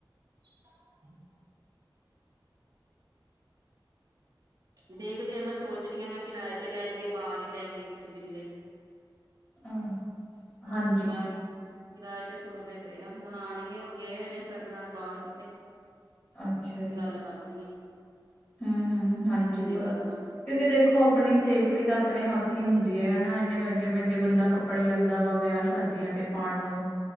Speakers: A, on the right; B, on the left.
A: <inaudible> ਦੇਖਦੇ ਆ ਮੈ ਸੋਚ ਰਹੀ ਹਾਂ ਮੈਂ ਕਿਰਾਏ ਤੇ ਲੈ ਲਈਏ। ਬਾਹਰ ਹੀ ਲੈ ਲਈਏ ਕੁੱਝ ਦਿਨ ਲਈ
B: ਅ ਹਾਂਜੀ
A: ਕਿਰਾਏ ਕਿਰਾਏ ਤੇ ਸੋਚਦੇ ਪਏ ਆ ਹੁਣ ਆਣਗੇ ਉਹ ਗਏ ਹੋਏ ਨੇ ਸਰ ਨਾਲ ਬਾਹਰ ਕਿਤੇ
B: ਅੱਛਾ ਜੀ।
A: ਮੈਂ ਕਰਦੀ ਹੈ।
B: ਹੂ ਹਾਂਜੀ ਕਰ।
A: ਕਰਨਾ
B: ਕਿਉਂਕਿ ਦੇਖੋ ਆਪਣੀ ਸੇਫਟੀ ਤਾਂ ਆਪਣੇ ਹੱਥ ਹੀ ਹੁੰਦੀ ਹੈ ਹਨਾ ਇੰਨੇ ਮਹਿੰਗੇ ਮਹਿੰਗੇ ਬੰਦਾ ਕੱਪੜੇ ਲੈਂਦਾ ਵਾ ਵਿਆਹ ੱਚ। ਸਦੀਆਂ ਤੇ ਪਾਉਣ, ਨੂੰ,